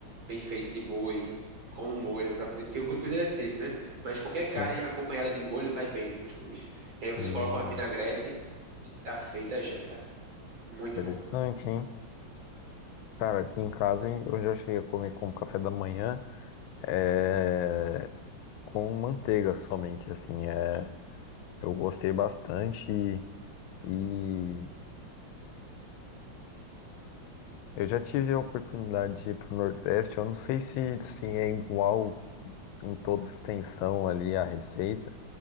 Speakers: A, on the right; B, on the left.
A: bem feita de boi com um molho pra poder. Porque o cuscuz ele é seco, né? Mas qualquer
B: Sim.
A: carne acompanhada de molho vai bem no cuscuz. E aí você
B: Hum,
A: coloca uma vinagrete, tá feita a janta. Muito
B: interessante,
A: bom.
B: hein? Cara, aqui em casa hein, eu já cheguei a comer como café da manhã. é, com manteiga somente, assim, é, eu gostei bastante e, e eu já tive a oportunidade de ir para o Nordeste, eu não sei se, se é igual em toda extensão ali a receita,